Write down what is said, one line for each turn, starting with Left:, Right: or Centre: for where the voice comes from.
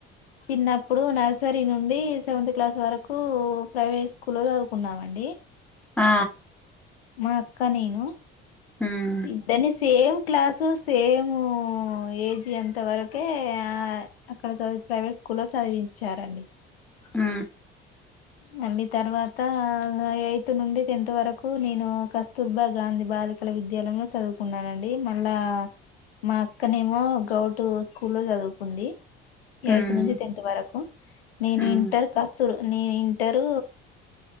Left: చిన్నప్పుడు నర్సరీ నుండి సెవెంతత్ క్లాస్ వరకు ప్రైవేట్ స్కూల్ లో చదువుకున్నామండి
Centre: ఆ
Left: మా అక్క నేను
Centre: ఉమ్
Left: ఇద్దని సేవ క్లాసు సేమ్ ఏజ్ ఎంత వరకే ఆ అక్కడ చది ప్రైవేట్ స్కూల్లో చదివించారండి
Centre: ఆ
Left: మళ్ళీ తర్వాత ఎయిత్ నుండి టెన్త్ వరకు నేను కస్తూర్బా గాంధీ బాలికల విద్యాలయంలో చదువుకున్నానండి మళ్ళా మా అక్కనేమో గౌటు స్కూల్ లో చదువుకుంది ఎయిదు
Centre: ఉమ్
Left: నుంచి టెన్త్ వరకు నేను
Centre: ఉమ్
Left: ఇంటర్ కస్తూరు నేను ఇంటరు